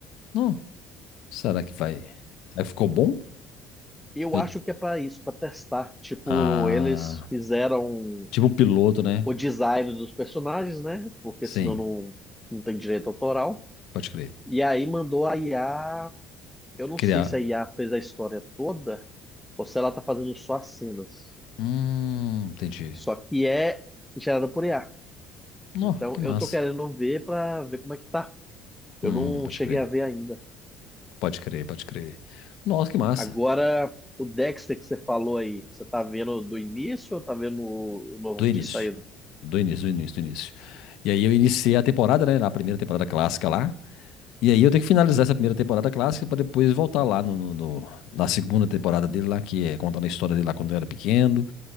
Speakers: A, on the left; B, in the centre.
A: Ó, será que vai? Será que ficou bom?
B: Eu
A: Eu...
B: acho que é pra isso, pra testar. Tipo,
A: Ah,
B: eles fizeram
A: tipo um piloto, né?
B: o design dos personagens, né? Porque
A: Sim,
B: senão não, não tem direito autoral.
A: pode crer.
B: E aí mandou a IA. Eu não
A: Criar.
B: sei se a IA fez a história toda ou se ela tá fazendo só as cenas.
A: Hum, entendi.
B: Só que é gerada por IA.
A: Ó,
B: Então
A: que massa.
B: eu tô querendo ver pra ver como é que tá. Eu
A: Hum,
B: não
A: pode
B: cheguei
A: crer.
B: a ver ainda.
A: Pode crer, pode crer. Nossa, que massa.
B: Agora, o Dexter que você falou aí, você tá vendo do início ou tá vendo o o novo
A: Do
B: que
A: início.
B: tinha saído?
A: Do início, do início, do início. E aí eu iniciei a temporada, né? Na primeira temporada clássica lá. E aí eu tenho que finalizar essa primeira temporada clássica pra depois voltar lá no, no- no- na segunda temporada dele lá, que é contando a história dele lá quando eu era pequeno.